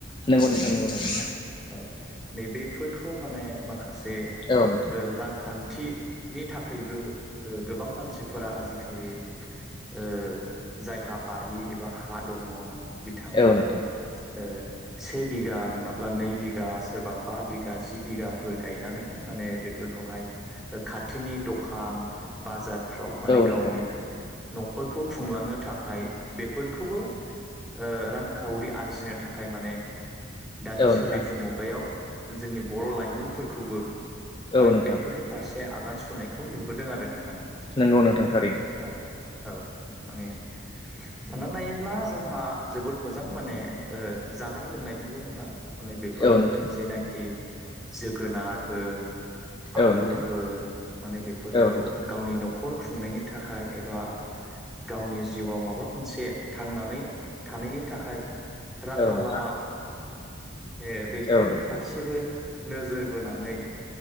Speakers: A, on the left; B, in the centre.
A: नंगौ
B: नै
A: नोंथां नंगौ नंगौ
B: नोंथां औ नै बेफोरखौ माने माखासे
A: औ नोंथां
B: ओ रांखान्थि थि नि थाखायबो ओ गोबां मानसिफोरा आजिखालि ओ जायहा बारि एबा हा दङ बिथांमोना
A: औ नोंथां
B: ओ से बिघा नङाब्ला नै बिघा सोरबा बा बिघा जि बिघाफोर गायनानैहाय माने बे बेफोरखौहाय ओ खाथिनि द'खान बाजार फ्राव माने
A: औ
B: गावनि
A: नोंथां
B: न'खरखौ खुंलांनो थाखाय बेफोरखौबो ओ रांखावरि आरजिनो थाखाय माने दानि
A: औ
B: सोलिफु
A: नोंथां
B: मुगायाव जोंनि बर' लाइमोनफोरखौबो माने
A: औ नोंथां
B: बेफोरनि फारसे आग,, आगान सुरनायखौ नुबोदों आरो नोंथां।
A: नंगौ नोंथां थारैनो
B: औ औ माने सानना नायोब्ला जोंहा,, जोबोद मोजां माने जानाय लोंनायजोंल' नङा माने बेफोर
A: औ नोंथां
B: जेनाखि,, जोगोनार होन,,,, आलु
A: औ नोंथां
B: होन माने बेफोरखौ
A: औ नोंथां
B: गावनि न'खर,, न'खर खुंनायनि थाखाय एबा गावनि जिउआव माबा मोनसे थांनानै,, थानायनि थाखाय राहा
A: औ नोंथां
B: लामा ओ बेफोरनि
A: औ नोंथां
B: फारसेबो नोजोर बोनानै